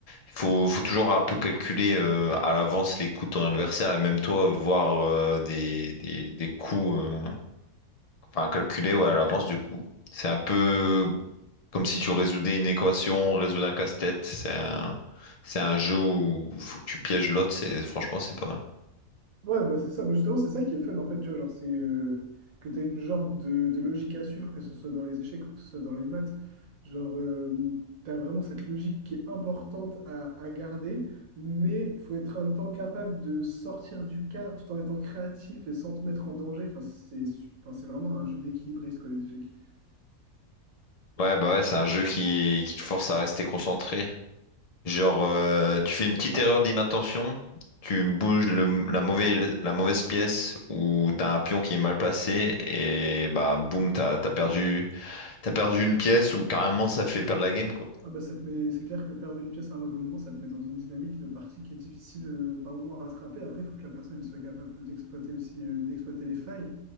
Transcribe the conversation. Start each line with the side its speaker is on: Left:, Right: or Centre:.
Left: Il faut, faut toujours un peu calculer euh, à l'avance les coups de ton adversaire et même toi voir euh, des, des, des coups, euh, enfin calculer ouais, à l'avance du coup. C'est un peu comme si tu résoudais une équation, résoudre un casse-tête. C'est un, c'est un jeu où il faut que tu pièges l'autre. C'est, franchement, c'est pas mal.
Right: Ouais, bah c'est ça. Bah justement, c'est ça qui est fun, en fait, tu vois, genre, c'est euh, que tu as une genre de, de logique à suivre, que ce soit dans les échecs ou que ce soit dans les maths. Genre, tu as vraiment cette logique qui est importante à, à garder, mais faut être en même temps capable de sortir du cadre tout en étant créatif et sans te mettre en danger. Enfin, c'est, enfin, c'est vraiment un jeu d'équilibriste, quoi, les échecs.
Left: Ouais, bah ouais, c'est un jeu qui, qui te force à rester concentré. Genre, euh, tu fais une petite erreur d'inattention, tu bouges le- la mauvaise, la mauvaise pièce ou t'as un pion qui est mal placé et bah boum, t'as, t'as perdu, t'as perdu une pièce ou carrément ça te fait perdre la game quoi.
Right: Ah bah ça te met, c'est clair que perdre une pièce à un mauvais moment, ça te met dans une dynamique de partie qui est difficile euh, par moment à rattraper. Après, il faut que la personne elle soit capable d'exploiter aussi, euh, d'exploiter les failles.